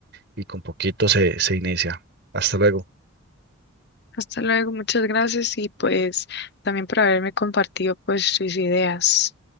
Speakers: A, on the right; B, on the left.
A: y con poquito se, se inicia. Hasta luego.
B: Hasta luego, muchas gracias y pues también por haberme compartido pues sus ideas.